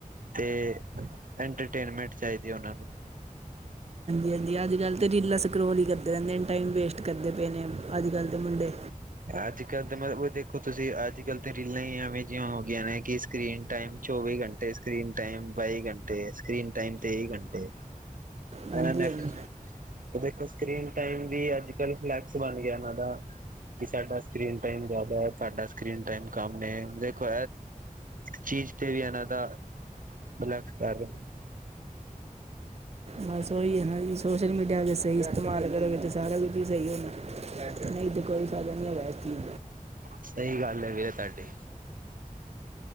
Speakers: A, on the right; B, on the right.
A: ਤੇ ਇੰਟਰਟੇਨਮੈਂਟ ਚਾਈਦੀ ਉਹਨਾਂ ਨੂੰ।
B: ਜਾਂਦੀ ਅੱਜ-ਕੱਲ ਤੇ ਰੀਲਾਂ ਸਕਰੋਲ ਈ ਕਰਦੇ ਰਹਿੰਦੇ ਨੇ ਟਾਈਮ ਵੇਸਟ ਕਰਦੇ ਪਏ ਨੇ ਅੱਜ-ਕੱਲ ਦੇ ਮੁੰਡੇ।
A: ਅੱਜ ਕੱਲ ਦੇ ਮਤਲਬ ਦੇਖੋ ਤੁਸੀਂ ਅੱਜ ਕੱਲ ਤਾਂ ਰੀਲਾਂ ਹੀ ਐਵੇਂ ਜਿਹੀ ਹੋ ਗਈਆਂ ਨੇ ਕਿ ਸਕਰੀਨ ਟਾਈਮ ਚੌਵੀ ਘੰਟੇ ਸਕਰੀਨ ਟਾਈਮ ਬਾਈ ਘੰਟੇ ਸਕਰੀਨ ਟਾਈਮ ਤੇਈ ਘੰਟੇ
B: ਹਾਂਜੀ
A: ਅਨੇ
B: ਹਾਂਜੀ
A: ਤੇ ਦੇਖੋ ਸਕਰੀਨ ਟਾਈਮ ਵੀ ਅੱਜ ਕੱਲ ਫਲੈਕਸ ਬਣ ਗਿਆ ਉਹਨਾਂ ਦਾ ਕਿ ਸਾਡਾ ਸਕਰੀਨ ਟਾਈਮ ਜ਼ਿਆਦਾ ਹੈ ਸਾਡਾ ਸਕਰੀਨ ਟਾਈਮ ਕੰਮ ਨੇ ਦੇਖੋ ਚੀਜ਼ ਤੇ ਵੀ ਇਹਨਾਂ ਦਾ, ਬਲੈਕ ਕਰ
B: ਬਸ ਉਹ ਈ ਐ ਨਾ ਜੀ ਸੋਸ਼ਲ ਮੀਡੀਆ ਜੇ ਸਈ ਇਸਤੇਮਾਲ ਕਰੋਗੇ ਤਾਂ ਸਾਰਾ ਕੁਝ ਈ ਸਈ ਐਣਾ। ਨਈ ਤੇ ਕੋਈ ਫਾਇਦਾ ਨੀ ਹੈਗਾ ਇਸ ਚੀਜ਼
A: ਸਹੀ ਗੱਲ ਐ ਵੀਰੇ ਤਾਡੀ‌।